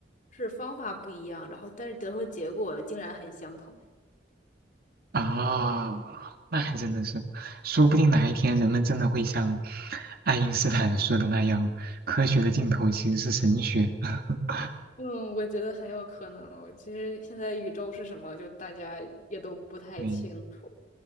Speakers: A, on the left; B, on the right.
A: 是方法不一样，然后但是得出的结果竟然很相同。
B: 啊。那还真的是，说不定哪一天人们真的会像爱因斯坦说的那样，科学的尽头其实是神学。<laughs>
A: 嗯，我觉得很有可能。其实现在宇宙是什么，就大家也都不太清楚。
B: 对